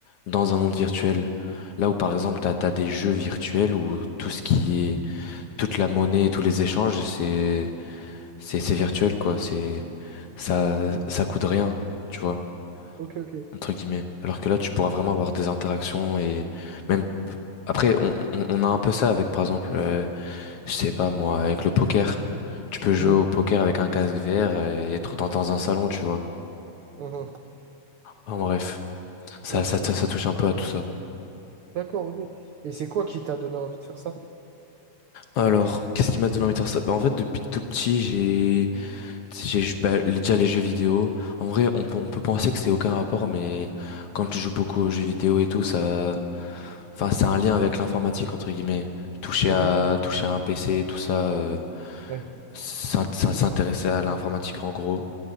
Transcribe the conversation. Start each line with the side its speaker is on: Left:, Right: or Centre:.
Left: dans un monde virtuel. Là où, par exemple, t'as, t'as des jeux virtuels où tout ce qui est, toute la monnaie et tous les échanges, c'est, c'est, c'est virtuel, quoi. C'est, ça, ça coûte rien, tu vois,
Right: Ok, ok.
Left: entre guillemets. Alors que là, tu pourras vraiment avoir des interactions et même, après, on, on, on a un peu ça avec, par exemple, euh, je sais pas, moi, avec le poker. Tu peux jouer
Right: Mhm,
Left: au poker avec un casque VR et être dans, dans un salon, tu vois.
Right: mhm.
Left: Ah, en bref, ça,
Right: Ok,
Left: ça, ça, ça touche un peu à tout ça.
Right: d'accord, ok. Et c'est quoi qui t'a donné envie de faire ça?
Left: Alors, qu'est-ce qui m'a donné envie de faire ça? Bah, en fait, depuis tout petit, j'ai, j'ai, bah, déjà les jeux vidéo. En vrai, on peut, on peut penser que c'est aucun rapport, mais quand tu joues beaucoup aux jeux vidéo et tout, ça, enfin, c'est un lien avec l'informatique, entre guillemets. Toucher
Right: Mhm.
Left: à, toucher à un PC, tout ça, euh,
Right: Ouais,
Left: s'int- s'in- s'intéresser à l'informatique, en gros.